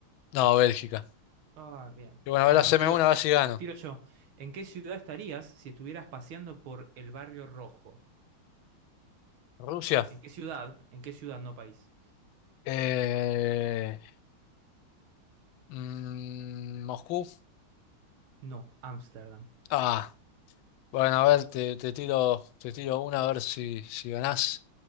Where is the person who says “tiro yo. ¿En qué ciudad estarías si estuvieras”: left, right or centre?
Right